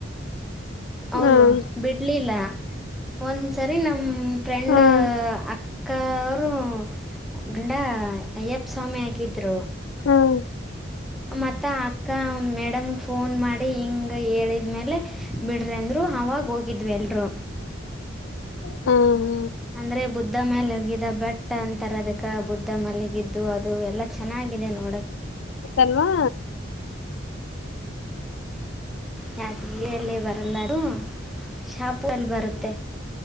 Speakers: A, in the centre; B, on the left.
A: ಅವರು
B: ಹ್ಮ್
A: ಬಿಡ್ಲಿಲ್ಲ ಒಂದ್ಸರಿ ನಮ್ಮ ಫ್ರೆಂಡ್
B: ಹ್ಮ್
A: ಅ. ಕ ಅವರು ಗಂಡ ಅಯ್ಯಪ್ಪ ಸ್ವಾಮಿ ಆಗಿದ್ದರು.
B: ಹ್ಮ-
A: ಮತ್ತು ಅಕ್ಕ ಮೇಡಮ್ಗೆ ಫೋನ್ ಮಾಡಿ ಹಿಂಗೆ ಹೇಳಿದ ಮೇಲೆ. ಬಿಡ್ರಿ ಅಂದ್ರು ಆವಾಗ ಹೋಗಿದ್ವಿ ಎಲ್ಲರೂ.
B: ಹ್ಮ ಹ್ಮ-
A: ಅಂದ್ರೆ ಬುದ್ಧ ಮ್ಯಾಲೊಗಿದ ಬೆಟ್ಟ ಅಂತರ ಅದಕ್. ಬುದ್ಧ ಮಲಗಿದ್ದು ಅದು ಎಲ್ಲಾ ಚೆನ್ನಾಗಿದೆ ನೋಡಕ್ಕೆ.
B: ಎಲ್ಲಾ
A: ಮತ್ತೆ ಇಲ್ಲೇ ಎಲ್ಲೂ ಬರಲ್ಲದು ಶಾಪೂರಲ್ಲಿ ಬರುತ್ತೆ.